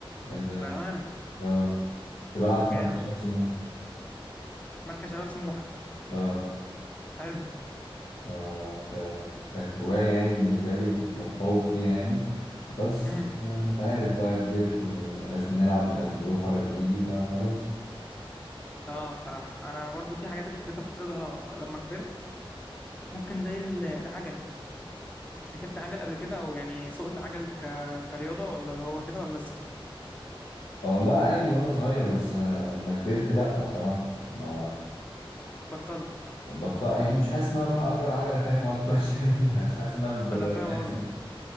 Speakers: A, on the left; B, on the left.
A: أيام زمان
B: بامانه
A: أه كنت بلعب في
B: جامد
A: مركز شباب سموحة
B: مركز شباب سموحه
A: أه
B: حلو
A: آه، ك... كانت هواية يعني بالنسبة لي وكنت متفوق فيها يعني بس
B: امم
A: آه، أنت عارف بقى كبرت ومبقناش بنلعب مبقناش بنروح ولا بنيجي فخلاص
B: اه بصراحه انا برضو في حاجات ابتديت افقدها لما كبرت ممكن زي ال- العجل ركبت عجل قبل كده او يعني سوقت عجل ك... كرياضه ولا اللي هو كده ولا لسه
A: أه لا عادي وأنا صغير بس آه، ما كبرت لأ بصراحة ما
B: بطلت
A: بطأ يعني مش حاسس إن أنا أروح أجر عجلة فاهم وأتمشى <laughs> بيها مش حاسس إن أنا بالروقان
B: انا فاهم قصدك
A: ده